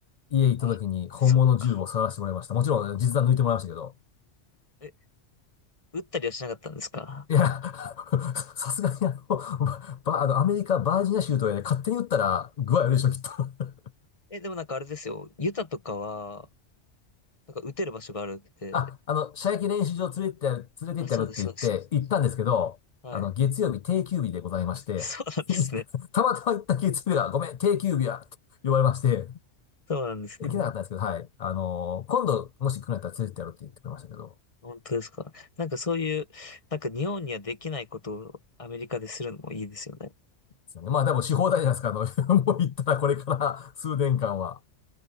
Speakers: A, on the left; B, on the left.
A: 家行った時に本物の銃を探してもらいました。
B: あ、そっか。
A: もちろん実弾抜いてもらいましたけど。
B: え、打ったりはしなかったんですか
A: いや、<laughs> さすがにあの、ば、あの、アメリカ、バージニア州とかで勝手に撃ったら具合悪いでしょ、きっと。<laughs>
B: え、でもなんかあれですよ。ユタとかは、なんか打てる場所があるって。
A: あ、あの、射撃練習場連れてってやる、連れてってやるって言って行ったんですけど、
B: あ、そうです、そうです。はい。
A: あの、月曜日定休日でございまして、
B: <laughs> そうなんですね。
A: <laughs> たまたま行った月曜日が、ごめん、定休日や、って言われまして、
B: そうなんですね。
A: 行けなかったんですけど、はい。あの今度、もし来るんだったら連れてってやるって言ってくれましたけど、
B: 本当ですか。なんかそういう、なんか日本にはできないことをアメリカでするのもいいですよね。
A: ですよね。まあ、でもし放題じゃないですか。あの、<laughs> もう言ったらこれから数年間は。